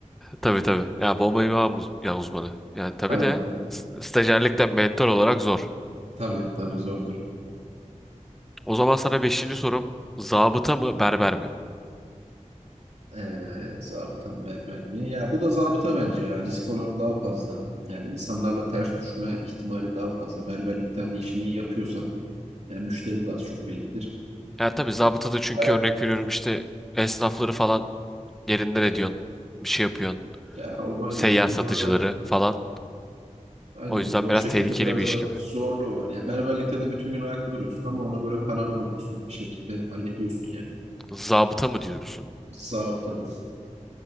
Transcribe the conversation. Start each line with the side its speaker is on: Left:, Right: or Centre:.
Centre: Tabii tabii. Ya bomba imha muz- ya uzmanı. Yani tabii
Right: Aynen.
Centre: de s- stajyerlikten mentor olarak zor.
Right: Tabii tabii zordur.
Centre: O zaman sana beşinci sorum zabıta mı berber mi?
Right: Ee, zabıta mı berber mi? Ya bu da zabıta bence ya. Risk oranı daha fazla. Yani insanlarla ters düşme ihtimali daha fazla. Berberlikte hani işini iyi yapıyorsan yani müşterin de az çok bellidir.
Centre: Ya tabii zabıta da çünkü
Right: Ayakta.
Centre: örnek veriyorum işte esnafları falan yerinden
Right: Aynen.
Centre: ediyorsun. Bir şey yapıyorsun.
Right: Ya o aynen.
Centre: Seyyar
Right: Onu
Centre: satıcıları
Right: böyle
Centre: falan.
Right: Aynen
Centre: O yüzden
Right: öyle. O
Centre: biraz
Right: şekilde
Centre: tehlikeli
Right: biraz
Centre: bir iş
Right: daha
Centre: gibi.
Right: zorluğu var. Ya berberlikte de bütün gün ayakta duruyorsun ama ona göre paranı alıyorsun. Bir şekilde hallediyorsun yani.
Centre: Zabıta mı diyorsun?
Right: Bir zabıt alıyorsun.